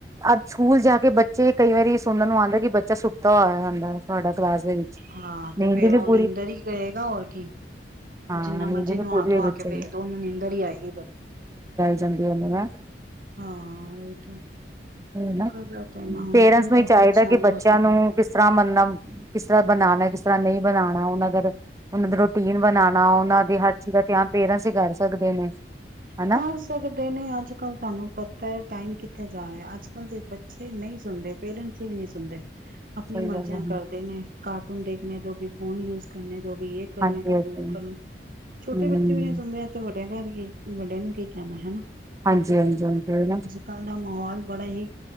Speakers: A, on the right; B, on the right.
A: ਅਜ, ਸਕੂਲ ਜਾ ਕੇ ਬੱਚੇ ਕਈ ਵਾਰੀ ਸੁਣਨ ਨੂੰ ਆਉਂਦਾ, ਕਿ ਬੱਚਾ ਸੁੱਤਾ ਹੋਇਆ ਆਂਦਾ ਤੁਹਾਡਾ ਕਲਾਸ ਨੀ
B: ਹਾਂ
A: <unintelligible>
B: ਤੇ ਫੇਰ ਉਹ ਨੀਂਦਰ ਈ 'ਚ ਰਹੇਗਾ ਹੋਰ ਕੀ
A: ਹਾਂ
B: ਜਿੰਨਾ
A: ਨੀਂਦ
B: ਮਰਜੀ
A: ਨੀ
B: ਨੁਆ-ਧੁਆ
A: ਪੂਰੀ ਹੋਈ ਬੱਚੇ
B: ਕੇ ਭੇਜ
A: ਦੀ
B: ਦਿਓ, ਉਹਨੂੰ ਨੀਂਦਰ ਈ ਆਏਗੀ
A: ਜਾਂਦੀਆ ਨੇ
B: ਹਾਂ ਉਹੀ ਤੇ
A: ਨਾ
B: ਗਲਤ ਹੈ ਨਾ ਹੁਣ
A: ਪੇਰੈਂਟਸ
B: ਕਿਵੇਂ
A: ਨੂੰ ਈ ਚਾਹੀਦਾ, ਕਿ
B: ਨੂੰ
A: ਬੱਚਿਆਂ
B: ਰੋਕਿਆ। ਹੂੰ,
A: ਨੂੰ ਕਿਸ ਤਰ੍ਹਾਂ ਮੰਨਬ ਕਿਸ ਤਰ੍ਹਾਂ ਬਣਾਨਾ, ਕਿਸ ਤਰ੍ਹਾਂ ਨਹੀਂ ਬਣਾਣਾ ਹੁਣ ਅਗਰ ਉਹਨਾਂ ਦੇ ਰੂਟੀਨ ਬਣਾਂਣਾ, ਉਹਨਾਂ ਦੇ ਹਰ ਚੀਜ਼ ਦਾ ਧਿਆਨ ਪੇਰੈਂਟਸ ਈ ਕਰ ਸਕਦੇ ਨੇ, ਹਨਾ।
B: ਕਰ ਸਕਦੇ ਨੇ, ਅੱਜ-ਕੱਲ੍ਹ ਤੁਹਾਨੂੰ ਪਤਾ ਐ ਟਾਈਮ ਕਿੱਥੇ ਜਾ ਰਿਹਾ, ਅੱਜ-ਕੱਲ੍ਹ ਦੇ ਬੱਚੇ ਨਹੀਂ ਸੁਣਦੇ ਪੇਰੈਂਟਸ ਅਸੀ ਵੀ ਨਹੀਂ ਸੁਣਦੇ।
A: <inaudible>
B: ਆਪਣੀ ਮਰਜ਼ੀਆਂ
A: ਹੈ
B: ਕਰਦੇ ਨੇ, ਕਾਰਟੂਨ ਦੇਖਣੇ ਦੋ ਵੀ, ਫੋਨ ਯੂਜ ਕਰਨੇ ਦੋ ਵੀ, ਜੇਹ ਕਰਨੇ
A: ਹਾਂਜੀ
B: ਦੋ
A: ਹਾਂਜੀ
B: ਉਹ ਕਰਨੇ, ਛੋਟੇ
A: ਹਮ
B: ਬੱਚੇ ਵੀ ਨੀ ਸੁਣਦੇ ਵੱਡਿਆਂ ਦਾ ਵੀ ਕੀ, ਵੱਡਿਆਂ ਨੂੰ ਕੀ ਕਹਿਣਾ, ਹਨਾ।
A: ਹਾਂਜੀ-ਹਾਂਜੀ, ਹਾਂਜੀ ਤੇ ਨਾ।
B: ਕਲ੍ਹ ਦਾ ਮਾਹੌਲ ਬੜਾ ਹੀ